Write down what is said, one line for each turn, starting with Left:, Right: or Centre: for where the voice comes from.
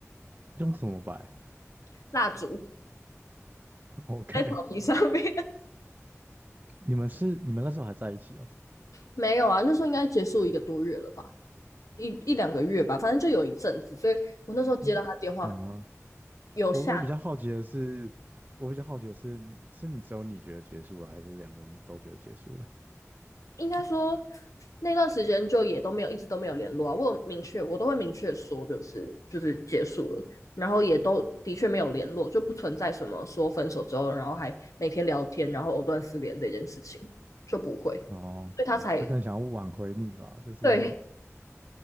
Right: 用什么摆
Left: <laughs> 蜡烛
Right: ？OK，
Left: 在草皮上面。
Right: <laughs> 你们是你们那时候还在一起哦？
Left: 没有啊，那时候应该结束一个多月了吧，一一两个月吧，反正就有一阵子，所以我那时候接到他电话，
Right: 嗯嗯哼，
Left: 有下，
Right: 我我比较好奇的是，我比较好奇的是，是你只有你觉得结束了，还是两个人都觉得结束了？
Left: 应该说那段时间就也都没有，一直都没有联络啊。我有明确，我都会明确说，就是就是结束了，然后也都的确没有联络，就不存在什么说分手之后，然后还每天聊天，然后藕断丝连这件事情就不会，
Right: 哦，
Left: 所以他才
Right: 他可能想要挽回你吧，就是
Left: 对